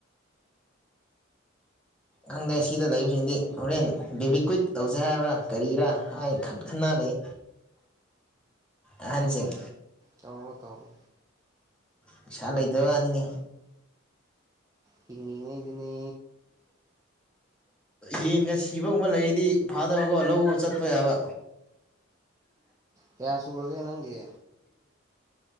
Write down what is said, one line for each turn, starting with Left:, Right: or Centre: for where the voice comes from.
Centre: ꯈꯪꯗ꯭ꯔꯦ ꯁꯤꯗ ꯂꯩꯕꯁꯤꯡꯗꯤ ꯍꯣꯔꯦꯟ ꯕꯦꯕꯤꯀ꯭ꯋꯤꯛ ꯇꯧꯁꯦ ꯍꯥꯏꯕ꯭ꯔꯥ ꯀꯔꯤꯔꯥ ꯍꯥꯏ
Right: ꯎꯝ
Centre: ꯈꯟꯅ ꯂꯩ ꯑꯍꯟꯁꯤꯡ
Right: ꯇꯧꯔꯣ ꯇꯧꯔꯣ
Centre: ꯄꯩꯁꯥ ꯂꯩꯇꯕ ꯋꯥꯅꯤꯅꯦ
Right: ꯍꯔꯡꯉꯤꯉꯩꯗꯅꯦ
Centre: ꯌꯦꯟꯒ ꯁꯤꯕꯒꯨꯝꯕ ꯂꯩꯔꯤꯗꯤ ꯐꯥꯗꯕꯀꯣ ꯂꯧꯕ ꯆꯠꯄ ꯌꯥꯕ
Right: ꯀꯌꯥ ꯁꯨꯔꯒꯦ ꯅꯪꯒꯤ